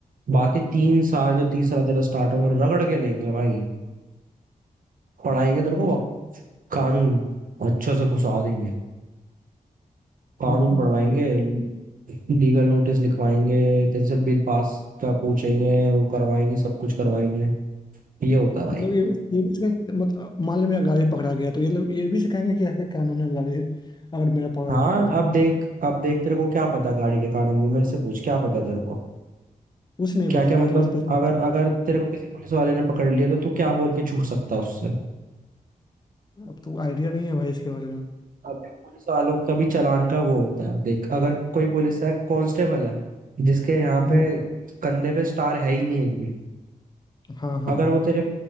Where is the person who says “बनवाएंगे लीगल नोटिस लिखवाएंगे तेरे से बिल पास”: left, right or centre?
Right